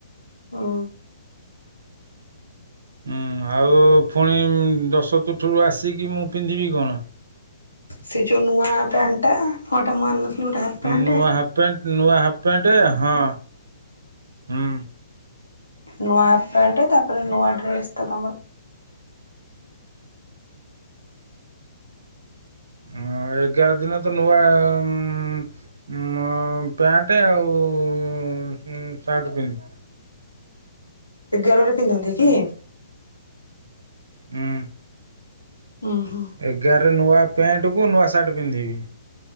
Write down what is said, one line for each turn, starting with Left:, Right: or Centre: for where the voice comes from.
Left: ହୁଁ।
Right: ହୁଁ, ଆଉ ଫୁଣି ଦଶ ତୁଠୁରୁ ଆସିକି ମୁଁ ପିନ୍ଧିବି କଣ?
Left: ସେ ଯୋଉ ନୂଆ ପ୍ୟାଣ୍ଟ ଟା ହଁ ଏଇଟା ମୁଁ ଆଣିନଥିଲି ଗୋଟେ ହାଫ୍ ପ୍ୟାଣ୍ଟ।
Right: ନୂଆ ହାଫ୍ ପ୍ୟାଣ୍ଟ, ନୂଆ ହାଫ୍ ପ୍ୟାଣ୍ଟ ହଁ ହୁଁ।
Left: ନୂଆ ହାଫ୍ ପ୍ୟାଣ୍ଟ, ତାପରେ ନୂଆ ଡ୍ରେସ ଟା ତମର।
Right: ହଁ ଏଗାର ଦିନ ତ ନୂଆ ଉଁ ମ ପ୍ୟାଣ୍ଟ୍ ଆଉ ସାର୍ଟ ପିନ୍ଧି
Left: ଏଗାରରେ ପିନ୍ଧନ୍ତି
Right: ଯାଉନୁ
Left: କି?
Right: ହୁଁ।
Left: ଉଁ ହୁଁ।
Right: ଏଗାରରେ ନୂଆ ପ୍ୟାଣ୍ଟକୁ ନୂଆ ସାର୍ଟ ପିନ୍ଧିବି।